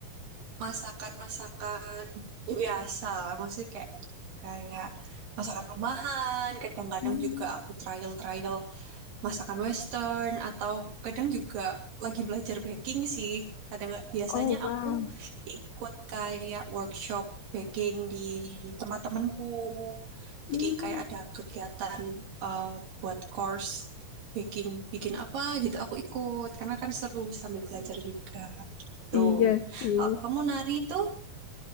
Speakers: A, on the right; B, on the left.
A: masakan-masakan ya biasa lah. Maksudnya kayak kayak masakan rumahan. Kadang-kadang
B: Hmm.
A: juga aku trial-trial masakan western atau kadang juga lagi belajar baking sih. Kadang biasanya
B: Oh,
A: aku
B: wow.
A: ikut kayak workshop baking di tempat temanku. Jadi
B: Hmm.
A: kayak ada kegiatan eh, buat course baking, bikin apa gitu aku ikut karena kan seru sambil belajar juga gitu.
B: Iya sih.
A: Kalau kamu nari itu